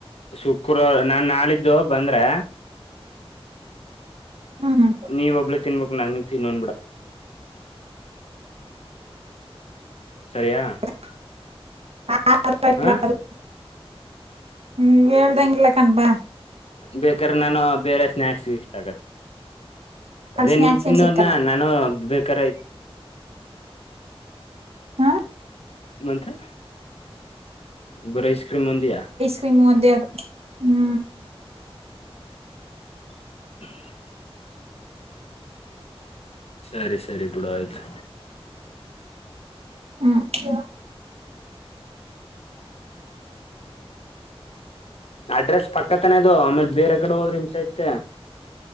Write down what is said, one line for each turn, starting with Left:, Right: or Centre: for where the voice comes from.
Left: ಶುಕ್ರವಾರ ನಾನ್ ನಾಳಿದ್ದು ಬಂದ್ರೆ.
Right: ಹ್ಮ್
Left: ನೀ ಒಬ್ಳೇ ತಿನ್ಬೇಕ್ ನನ್ ತಿನ್ನ ಅನ್ಬೇಡ. ಸರಿಯಾ
Right: <unintelligible>
Left: ಹ
Right: <unintelligible> ಹೇಳಳ್ದಂಗ ಎಲ್ಲಿ ಹಾಕನ ಬಾ.
Left: ಬೇಕಾದ್ರೆ ನಾನು ಬೇರೆ ಸ್ನಾಯಕ್ಸ ಇಷ್ಟ ಆಗತ್ತೆ. ಅದೇ
Right: ಅಲ್ಲಿ ಸ್ನಾಕ್ಸ್
Left: ನೀ ತಿನ್ನೋ
Right: ಏನ್ ಸಿಕ್ಕಲ್ಲ
Left: ಅದ್ನ ನಾನು ಬೇಕಾರೆ.
Right: ಹಾ
Left: ಮತ್ತೆ ಬರೆ ಐಸ್ ಕ್ರೀಮ ಒಂದೆಯಾ.
Right: ಸಿಮ್ ಒಂದೆ ಅದು ಹು.
Left: <inaudible> ಸರಿ ಸರಿ ಬಿಡ ಆಯ್ತು.
Right: ಹು
Left: ಅಡ್ರೆಸ್ ಪಕ್ಕತಾನೆ ಇದು ಆಮೇಲೆ ಬೇರೆ ಕಡೆ ಹೋದ್ರೆ ಹಿಂಸೆ ಐತೆ.